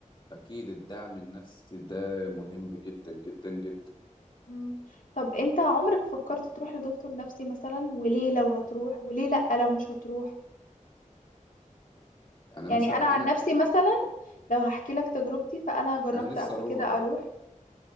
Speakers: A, on the left; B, on the left.
A: اكيد الدعم النفسي ده مهم جدا جدا جدا
B: مم. طب انت عمرك فكرت تروح لدكتور نفسي مثلا وليه لو هتروح وليه لأ لو مش هتروح
A: يعني
B: يعني
A: مثلا
B: انا عن
A: انا
B: نفسي مثلا لو هحكي لك تجربتي فانا جربت
A: انا نفسي
B: قبل
A: اروح
B: كده اروح